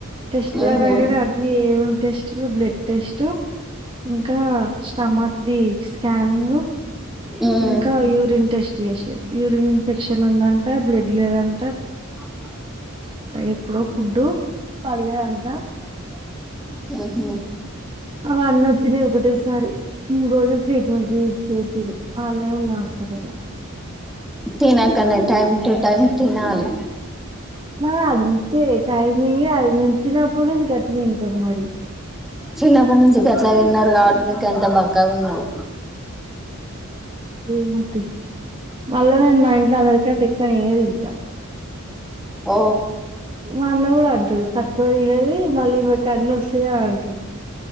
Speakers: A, on the right; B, in the centre.
A: టెస్ట్
B: మ్మ్ హ్మ్
A: ఆగనే అన్ని ఏమేం టెస్ట్లు బ్లడ్ టెస్ట్ ఇంకా స్టమక్ ది స్కానింగ్
B: మ్మ్
A: ఇంకా యూరిన్ టెస్ట్ చేసిర్రు యూరిన్ ఇన్ఫెక్షన్ ఉందంట బ్లడ్ లేదంట్
B: <unintelligible>
A: ఎప్పుడో ఫుడ్ పడలేదంట
B: <inaudible> ఉహు
A: అవన్నచ్చినయి ఒకటేసారి మూడు రోజులు ట్రీట్మెంట్ చేస్ చేసిర్రు అన్నే ఉన్న హస్ అట్టనా
B: తినకనే టైమ్ టూ టైం తినాలి
A: మా అంతే టైమింగే అది మేం చినప్పుట్నుంచి ఆట్నే తింటాం మరి
B: చిన్నప్పట్నుంచి గట్లా తిన్నారు కాబట్టే గంత బక్కగున్నావ్
A: ఏమో తి మళ్ళనేన్ మా ఇంట్ల అందరి కంటే ఎక్కువ నేనె తింట
B: ఓ
A: మా అన్న కూడా అంటడు తక్కువ తినది మళ్ళీ ఇమెకు ఆన్నస్తయి అన్ అంటడు